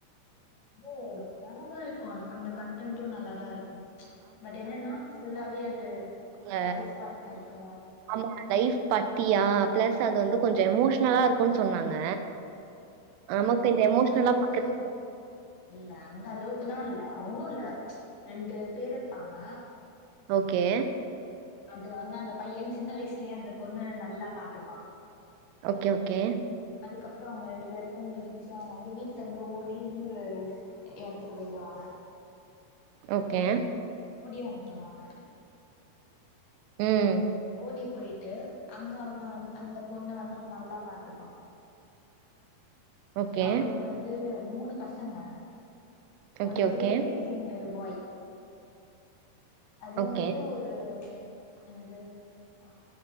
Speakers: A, on the left (about 60°); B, on the right (about 90°).
A: அது நல்லாதா இருக்கு அந்த கன்டன்ட்டு நல்லாதா இருக்கு பட் என்னன்னா ஃபுல்லாவே அது
B: ல
A: லைஃப் பார்ட்னருக்கு
B: ஆமா லைப் பத்தியா பிளஸ் அது வந்து கொஞ்ச எமோஷனல்லா இருக்குன் சொன்னாங்க நமக்கு இந்த
A: அந்த
B: எமோஷனலா
A: அளவுக்கு
B: பாக்குறது
A: இல்ல அந்த அளவு க்குலா இல்ல ஒண்ணுல்ல ரெண்டு பேர் ப்பாங்க
B: ஓகே
A: அதுல வந்து அந்த பையன் சின்ன வயசுலயே அந்த பொண்ண நல்லா பாத்துப்பா
B: ஓகே ஓகே
A: அதுக்கப்புறோ அவங்க ரெண்டு பேருக்கும் பிடிச்சு அவங்க வந்து வீட்ல இருந்து ஓடி இன்னோரு எடத்துக்கு போய்ருவாங்க.
B: ஓகே
A: கே வந்துருவாங்க.
B: ம்
A: ஓடி போயிட்டு அங்க அவன வந் அந்த பொண்ணு வந்து அவன் நல்லா பாத்துப்பான்
B: ஓகே.
A: அவளுக்கு வந்து மூணு பசங்க
B: ஓகே,
A: ஒரு
B: ஓகே.
A: கேர்ளு ரெண்டு பாய் அதுல
B: ஓகே.
A: வந்து ஒரு என்னது ஆ